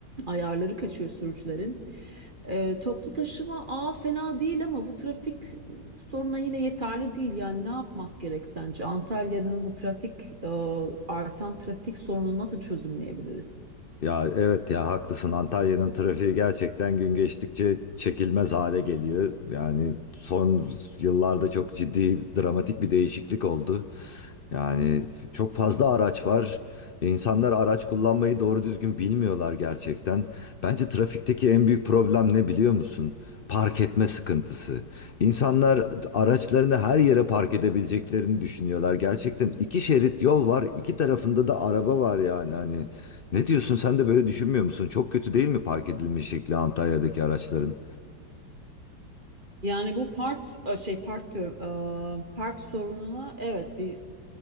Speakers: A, on the right; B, on the left.
A: ayarları kaçıyor sürücülerin. E, toplu taşıma aa fena değil ama bu trafik soruna yine yeterli değil. Yani ne yapmak gerek sence? Antalya'nın bu trafik e, artan trafik sorununu nasıl çözümleyebiliriz?
B: Ya evet ya haklısın. Antalya'nın trafiği gerçekten gün geçtikçe çekilmez hale geliyor. Yani son yıllarda çok ciddi, dramatik bir değişiklik oldu. Yani çok fazla araç var. İnsanlar araç kullanmayı doğru düzgün bilmiyorlar gerçekten. Bence trafikteki en büyük problem ne biliyor musun? park etme sıkıntısı. İnsanlar araçlarını her yere park edebileceklerini düşünüyorlar. Gerçekten iki şerit yol var, iki tarafında da araba var yani hani. Ne diyorsun sen de böyle düşünmüyor musun? Çok kötü değil mi park edilme şekli Antalya'daki araçların?
A: Yani bu part e, şey park diyorum e, park sorununa evet bir